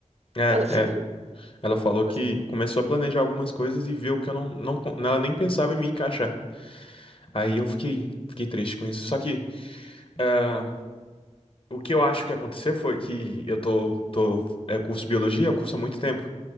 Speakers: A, on the left; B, on the right.
A: é,
B: ela seguiu.
A: é. é. Ela falou
B: Ela
A: que
B: seguiu.
A: começou a planejar algumas coisas e viu que eu não, não, con- ela nem pensava em me encaixar. Aí eu fiquei, fiquei triste com isso. Só que ah, o que eu acho que aconteceu foi que eu tô, tô é, curso biologia, eu curso há muito tempo.